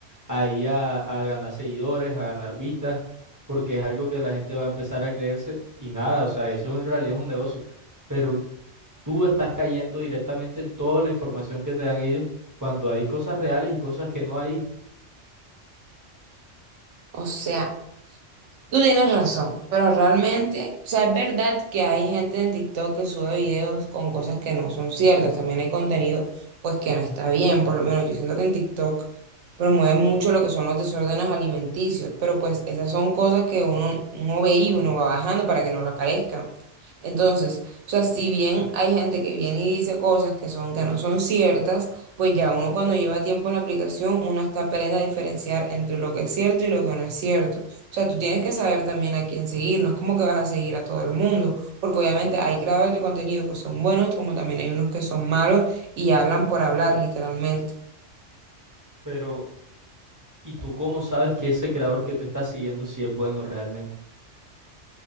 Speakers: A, on the right; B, on the right.
A: ahí a, a ganar seguidores, a ganar vistas, porque es algo que la gente va a empezar a creerse y nada, o sea, eso en realidad es un negocio. Pero tú estás cayendo directamente en toda la información que te dan ellos cuando hay cosas reales y cosas que no hay.
B: O sea, Tú tienes razón, pero realmente, o sea, es verdad que hay gente en TikTok que sube videos con cosas que no son ciertas, también hay contenido pues que no está bien, por lo menos yo siento que en TikTok promueven mucho lo que son los desórdenes alimenticios, pero pues esas son cosas que uno, uno ve y uno va bajando para que no le aparezcan. Entonces, o sea, si bien hay gente que viene y dice cosas que son, que no son ciertas, pues ya uno cuando lleva tiempo en la aplicación, uno hasta aprende a diferenciar entre lo que es cierto y lo que no es cierto. O sea, tú tienes que saber también a quién seguir, no es como que vas a seguir a todo el mundo, porque obviamente hay creadores de contenido que son buenos, como también hay unos que son malos y hablan por hablar, literalmente.
A: Pero ¿Y tú cómo sabes que ese creador que tú estás siguiendo sí es bueno realmente?